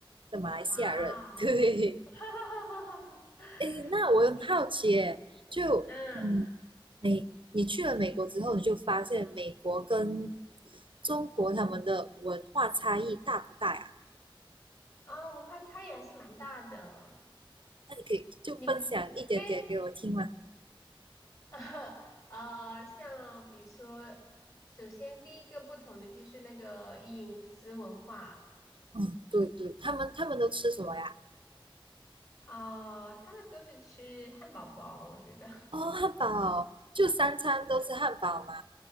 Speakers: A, on the right (about 65°); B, on the left (about 35°).
A: 的马来西亚人。
B: 哇哦，
A: <laughs> 对，
B: <laughs>
A: 哎，那我很好奇耶，
B: 好近，
A: 就嗯，
B: 嗯，
A: 美，你去了美国之后，你就发现美国跟中国他们的文化差异大不大呀？
B: 啊，文化差异还是蛮大的。
A: 那你可以就分享一点点给我听吗？
B: 你们，哎，<laughs> 呃，像比如说，首先第一个不同的就是那个饮食文化，
A: 嗯，对对，他们他们都吃什么呀？
B: 啊、他们都是吃汉堡包，我觉得。
A: 哦，汉堡就三餐都吃汉堡嘛，